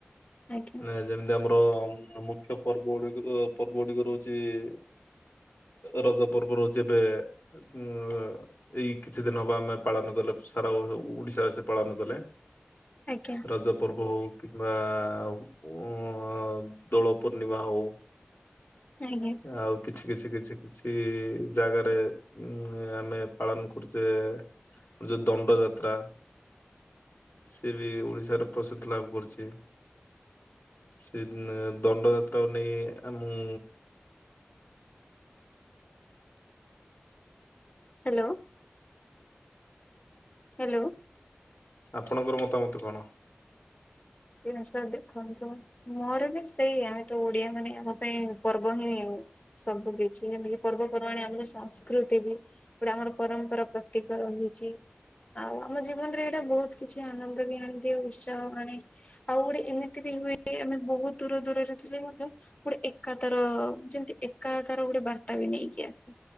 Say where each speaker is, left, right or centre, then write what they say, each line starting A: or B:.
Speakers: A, on the left; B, on the left.
A: ଆଜ୍ଞା
B: ନେ ଯେମିତି ଆମର ମୁଖ୍ୟ ପର୍ବ ଗୁଡିକ ପର୍ବ ଗୁଡିକ ରହୁଛି ଇ ରଜ ପର୍ବ ରହୁଚି ଏବେ ଉଁ ଏଇ କିଛି ଦିନ ହବ ଆମେ ପାଳନ କଲେ ସାରାଓଡିଶାବାସୀ ସ ପାଳନ କଲେ।
A: ଆଜ୍ଞା।
B: ରଜ ପର୍ବ ହଉ କିମ୍ବା ଉ ଉଁ ଦୋଳ ପୂର୍ଣ୍ଣିମା ହଉ
A: ଆଜ୍ଞା।
B: ଆଉ କିଛି କିଛି କିଛି କିଛି ଇ ଜାଗାରେ ଉଁ ଆମେ ପାଳନ କରୁଚେ ଯେ ଦଣ୍ଡ ଯାତ୍ରା। ସେ ବି ଓଡ଼ିଶାରେ ପ୍ରସିଦ୍ଧି ଲାଭ କରିଚି। ସେ ଦଣ୍ଡ ଯାତ୍ରାକୁ ନେଇ ଆ ମୁଁ
A: ହ୍ୟାଲୋ। ହ୍ୟାଲୋ।
B: ଆପଣଙ୍କର ମତାମତ କଣ?
A: ଏଆ ସାରେ ଦେଖନ୍ତୁ? ମୋର ବି ସେଇଆ ତ ଓଡିଆ ମାନେ ଆମ ପାଇଁ ପର୍ବ ହିଁ ସବୁ କିଛି ଏମିତିକି ପର୍ବପର୍ବାଣି ଆମର ସଂସ୍କୃତି ବି ଗୁଡ଼ା ଆମର ପରମ୍ପରା ପ୍ରତୀକ ହୋଇଛି। ଆଉ ଆମ ଜୀବନ ରେ ଏଇଟା ବହୁତ କିଛି ଆନନ୍ଦ ବି ଆଣିଦିଏ ଉତ୍ସାହ ଆଣେ। ଆଉ ଗୋଟେ ଏମିତି ବି ହୁଏ ଆମେ ବହୁତ ଦୂର ଦୂରରେ ଥିଲେ ମଧ୍ୟ ଗୋଟେ ଏକା ତାର ଯେମତି ଏକା ତାର ଗୋଟେ ବାର୍ତ୍ତା ବି ନେଇକି ଆସେ।